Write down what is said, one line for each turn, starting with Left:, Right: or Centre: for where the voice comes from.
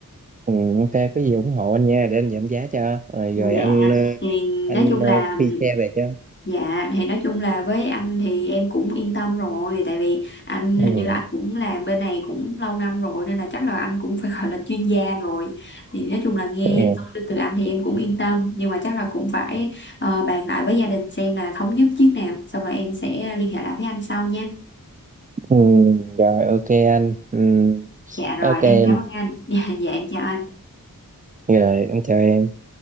Right: ừ ok có gì ủng hộ anh nha để anh giảm giá cho rồi rồi
Left: dạ
Right: anh ờ,
Left: thì
Right: anh
Left: nói chung
Right: ờ,
Left: là
Right: phi xe về cho
Left: Dạ thì nói chung là với anh thì em cũng yên tâm rồi tại vì anh
Right: ừ
Left: hình như là anh cũng làm bên này cũng lâu năm rồi nên là chắc là anh cũng phải <laughs> gọi là chuyên gia rồi thì nói chung là nghe
Right: ừ
Left: thông tin từ anh thì em cũng yên tâm nhưng mà chắc là cũng phải ờ, bàn lại với gia đình xem là thống nhất chiếc nào xong rồi em sẽ liên hệ lại với anh sau nha.
Right: ừ rồi ok anh ừ
Left: Dạ rồi
Right: ok
Left: em
Right: em
Left: cảm ơn anh. <laughs> Dạ, dạ em chào anh.
Right: rồi anh chào em